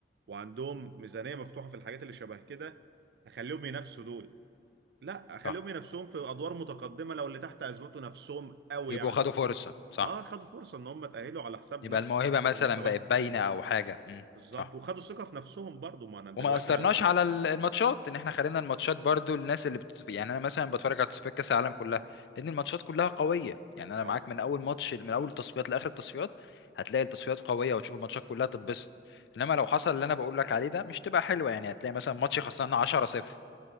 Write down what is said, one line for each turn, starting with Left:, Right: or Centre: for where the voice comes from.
Right: وعندهم ميزانية مفتوحة في الحاجات اللي شبه كده اخليهم ينافسوا دول لا اخليهم
Left: صح
Right: ينافسوهم في ادوار متقدمة لو اللي تحت ازمته نفسهم قوي
Left: يبقوا
Right: يعني
Left: خدوا فرصه صح
Right: اه خدوا فرصة ان هم تأهلوا على حساب
Left: يبقى
Right: ناس
Left: الموهبه مثلا
Right: في مستواهم
Left: بقت باينه او حاجه مم،
Right: بالظبط
Left: صح
Right: وخدوا ثقة في نفسهم برضو ما انا دلوقتي
Left: وما اثرناش
Right: انا لو
Left: على ال- الماتشات ان احنا خلينا الماتشات برضو الناس اللي بت... يعني انا مثلا بتفرج على تصفيات كاس العالم كلها لان الماتشات كلها قويه يعني انا
Right: طبعا
Left: معاك من اول ماتش من اول التصفيات لاخر التصفيات هتلاقي التصفيات قويه وتشوف الماتشات كلها تتبسط انما لو حصل اللي انا بقول لك عليه ده مش تبقى حلوه يعني هتلاقي مثلا ماتش خسرنا 10 0